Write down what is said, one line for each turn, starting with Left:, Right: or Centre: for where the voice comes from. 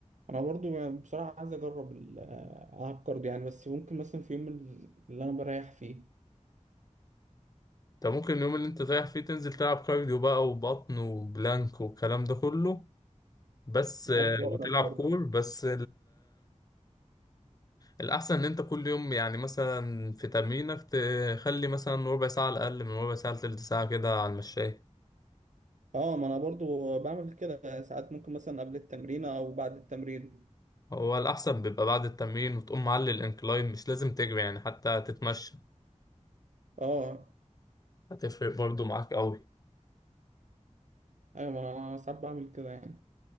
Right: انا برضو يعني بصراحه عايز اجرب ال- آه، العب كارديو يعني بس ممكن مثلا في يوم ال- اللي انا بريح فيه
Left: انت ممكن اليوم اللي انت رايح فيه تنزل تلعب كارديو بقى وبطن وبلانك والكلام ده كله بس آه،
Right: وانا بقرا
Left: وتلعب
Right: برضو
Left: كور بس الأحسن إن أنت كل يوم يعني مثلا في تمرينك تخلي مثلا ربع ساعة على الأقل من ربع ساعة لتلت ساعة كده على المشاية
Right: اه ما انا برضو بعمل كده ساعات ممكن مثلا قبل التمرين او بعد التمرين
Left: هو الأحسن بيبقى بعد التمرين وتقوم معلي الإنكلاين مش لازم تجري يعني حتى تتمشى
Right: اه
Left: هتفرق برضو معاك أوي
Right: ايوه ما انا ساعات بعمل كده يعني